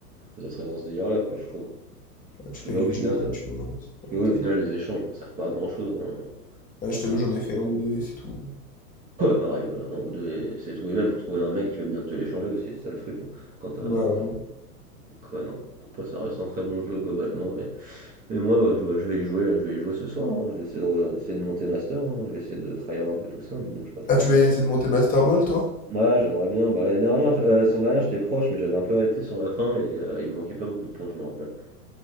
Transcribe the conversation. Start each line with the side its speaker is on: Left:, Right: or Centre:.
Right: ça serait dans ce délire-là, quoi, je trouve.
Left: Ouais,
Right: Parce
Left: tu
Right: que
Left: payes
Right: là, au
Left: les
Right: final,
Left: jetons,
Right: euh,
Left: tu vois. ça
Right: parce
Left: pourrait
Right: que oui,
Left: être,
Right: au final,
Left: euh,
Right: les échanges ne servent pas à grand-chose, hein, on
Left: Ouais,
Right: va pas
Left: je
Right: se
Left: t'avoue,
Right: mentir.
Left: j'en
Right: <laughs>
Left: ai fait un ou deux et c'est tout.
Right: pareil, voilà, un ou deux, et c'est tout. Et même, faut trouver un mec qui veut bien te l'échanger aussi, c'est ça le truc. hein. Quand t'as,
Left: Ouais,
Right: quand
Left: vraiment.
Right: t'as- donc, ouais, non. Après, ça reste un très bon jeu globalement. Et, et moi, ouais, je, bah, je vais y jouer, je vais y jouer ce soir. hein. Je vais essayer de, re- essayer de monter master. hein. Je vais essayer de tryhard un peu tout ça, mais bon, j'ai pas trop
Left: Ah, tu
Right: le temps.
Left: vas essayer de monter Master Ball, toi?
Right: Ouais, j'aimerais bien. Bah, l'année dernière, j- euh, la saison dernière, j'étais proche, mais j'avais un peu arrêté sur la fin et euh, il me manquait pas beaucoup de points, je m'en rappelle.